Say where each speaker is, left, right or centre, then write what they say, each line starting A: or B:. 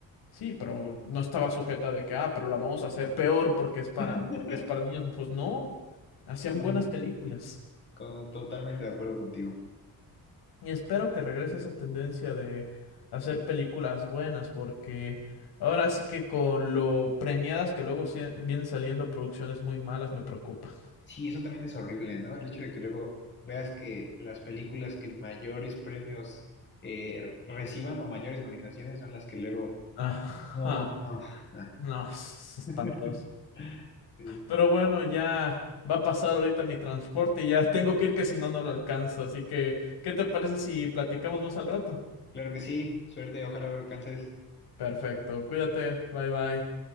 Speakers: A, on the left (about 85°); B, on the left (about 30°).
A: Sí, pero no estaba sujeta de que, ah, pero la vamos a hacer peor porque es para,
B: <laughs>
A: porque es para niños. Pues no, hacían
B: No,
A: buenas películas.
B: co- totalmente de acuerdo contigo.
A: Y espero que regrese esa tendencia de hacer películas buenas, porque ahora sí que con lo premiadas que luego sie- vienen saliendo producciones muy malas me preocupa.
B: Sí, eso también es horrible, ¿no? El hecho de que luego veas que las películas que mayores premios eh, reciban o mayores nominaciones son las que luego...
A: Ajá,
B: No, no, no.
A: no, es espantoso.
B: <laughs> Sí.
A: Pero bueno, ya va a pasar ahorita mi transporte y ya tengo que ir que si no, no lo alcanzo. Así que, ¿qué te parece si platicamos más al rato?
B: Claro que sí, suerte, ojalá lo alcances.
A: Perfecto, cuídate, bye bye.